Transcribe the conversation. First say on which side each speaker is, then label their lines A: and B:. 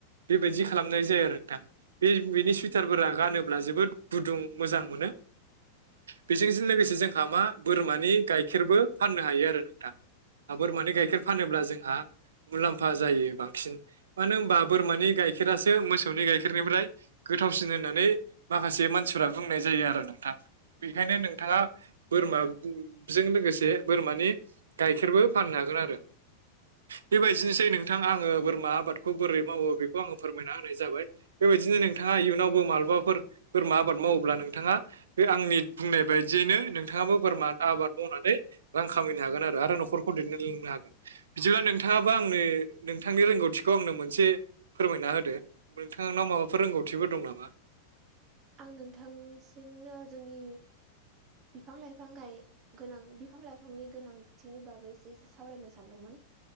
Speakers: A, on the right; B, on the right.
A: बेबायदि खालामनाय जायो आरो नोंथां बे बेनि सुइटारफोरा गानोब्ला जोबोद गुदुं मोजां मोनो बेजोंजों लोगोसे जोंहा मा बोरमानि गाइखेरबो फाननो हायो आरो नोंथां बोरमानि गाइखेर फानोब्ला जोंहा मुलामफा जायो बांसिन मानो होनबा बोरमानि गाइखेरासो से मोसौनि गाइखेरनिफ्राय गोथावसिन होननानै माखासे मानसिफ्रा बुंनाय जायो आरो नोंथां‌। बेखायनो नोंथाङा बोरमा जों लोगोसे बोरमानि गाइखेरबो फाननो हागोन आरो। बेबायदिनोसै नों नोंथां आङो बोरमा आबादखौ बोरै मावो बेखौ आङो फोरमायना होनाय जाबाय बेबायदिनो नोंथाङा इयुनावबो माल माफोर बोरमा आबाद मावोब्ला नोंथाङा बे आंनि बुंनाय बायदियैनो नोंथाङाबो बोरमा आबाद मावनानै रां खामायनो हागोन आरो न'खरखौ दैदेन लांनो हागोन। बिदिब्ला नोंथाङाबो आंनो नोंथांनि रोंगौथिखौ आंनो मोनसे फोरमायना होदो। नोंथांनाव माबाफोर रोंगौथिबो दं नामा?
B: आं नोंथांनिसिम जोंनि बिफां लाइफां गाय गोनां बिफां लाइफांनि गोनांथिनि बागै एसे एसे सावरायनो सानदोंमोन।